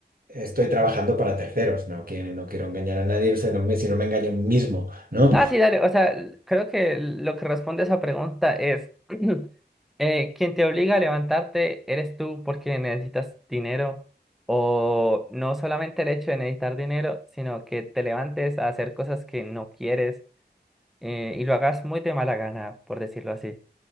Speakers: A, on the right (about 55°); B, in the centre.
A: estoy trabajando para terceros, no quiero, no quiero engañar a nadie, o sea, no me, si no me engaño a mí mismo, ¿no?
B: Ah, sí, dale, o sea, l- creo que lo que responde a esa pregunta es, <clears throat> eh, quien te obliga a levantarte eres tú porque necesitas dinero o no solamente el hecho de necesitar dinero, sino que te levantes a hacer cosas que no quieres eh, y lo hagas muy de mala gana, por decirlo así.